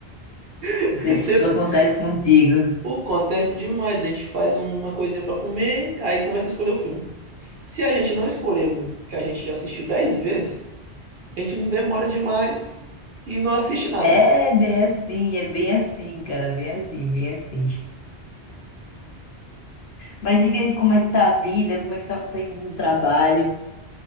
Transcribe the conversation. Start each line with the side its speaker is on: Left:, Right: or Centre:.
Right: <laughs>
Left: Não sei se
Right: Sempre,
Left: isso acontece contigo.
Right: pô, acontece demais. A gente faz uma coisinha pra comer, aí começa a escolher o filme. Se a gente não escolher um que a gente já assistiu 10 vezes, a gente não demora demais e não assiste nada.
Left: É bem assim, é bem assim, cara, bem assim, bem assim. Mas diga aí como é que tá a vida, como é que tá no, tem- no trabalho.